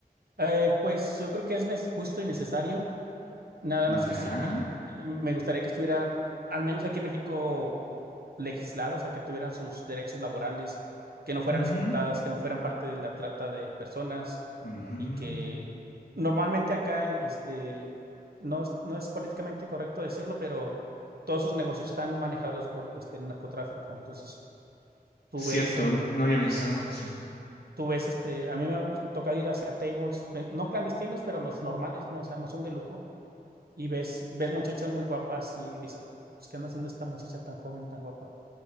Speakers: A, on the right; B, on the left.
A: eh, pues yo creo que es nes- justo y necesario Nada más que
B: ¿Ya?
A: sí, eh, me gustaría que estuviera, al menos aquí en México, legislado, o sea, que tuvieran sus derechos laborales, que no fueran
B: Ujú,
A: explotadas, que no fueran parte de la trata de personas
B: ujú.
A: y que normalmente acá, este, no es, no es políticamente correcto decirlo, pero todos esos negocios están manejados por este, el narcotráfico. Entonces, tú
B: Cierto,
A: ves en...
B: n- no había pensado en eso.
A: Tú ves, este, a mí me toca ir hacia tables, eh, no clandestinos, pero los normales, no, o sea, no son de lujo y ves, ves muchachas muy guapas y dices, "Oh, pues, ¿qué anda haciendo esta muchacha tan joven, tan guapa?